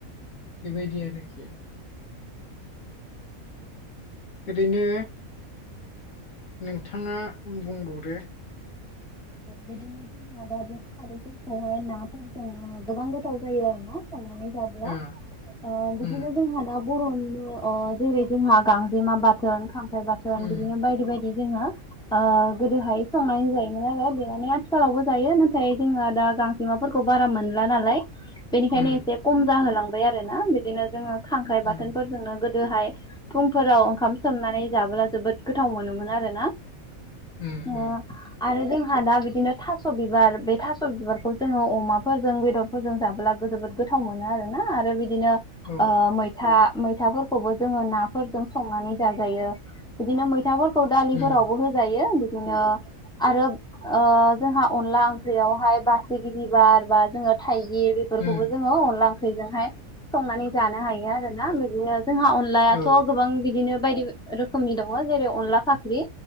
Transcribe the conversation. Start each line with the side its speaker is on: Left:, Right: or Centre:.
Left: बेबायदि आरोखि। ओरैनो नोंथाङा बुंबावदो।
Centre: बिदिनो जोंहा दा बे खारैफोरखौहाय नाफोरजों गोबां गोथाव जायो आरो ना। संनानै जाब्ला
Left: ओ
Centre: ओ बिदिनो
Left: उम
Centre: जोंहा ना बर'नि ओ जेरै जोंहा <unintelligible> <unintelligible> बाथोन, खांख्राइ बाथोन
Left: उम
Centre: बिदिनो बायदि - बायदि जोङो ओ गोदोहाय संनाय जायो। <unintelligible> आथिखालावबो जायो। नाथाय जोंहा दा गांजेमाफोरखौ बारा मोनला नालाय। बेनिखायनो
Left: उम
Centre: एसे खम जाहोलांबाय आरो ना। बिदिनो जोङो खांख्राइ
Left: उम
Centre: बाथोनफोरजोंनो गोदोहाय फुंफोराव ओंखाम सोमनानै जाबोला जोबोद गोथाव मोनोमोन आरोना
Left: उम
Centre: <unintelligible>
Left: उम
Centre: आरो जोंहा दा बिदिनो थास' बिबार, बे थास' बिबारखौ जोङो अमाफोरजों बेदर <unintelligible> जाब्ला जोबोद गोथाव मोनो आरोना आरो बिदिनो <unintelligible>
Left: औ
Centre: <unintelligible> मैथाफोरखौबो जोङो नाफोरजों संनानै जाजायो। बिदिनो मैथा <unintelligible> दालिफोरावबो
Left: उम
Centre: होजायो बिदिनो आरो ओ जोंहा अनला ओंख्रियावहाय बासिगिरि बार बा जोङो थाइगिर बेफोरखौबो
Left: उम
Centre: जोङो अनला ओंख्रिजोंहाय संनानै जानो हायो। आरो ना बिदिनो जोंहा अनलायाथ'
Left: औ
Centre: गोबां बिदिनो बायदि रोखोमनि दङ जेरै अनला फाख्रि